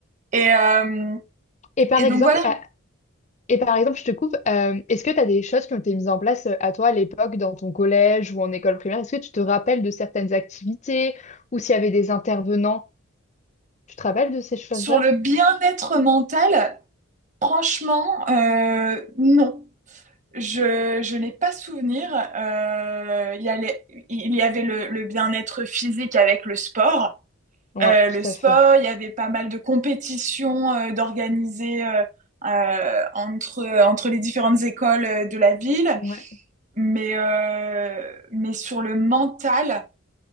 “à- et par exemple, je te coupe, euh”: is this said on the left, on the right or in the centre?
Left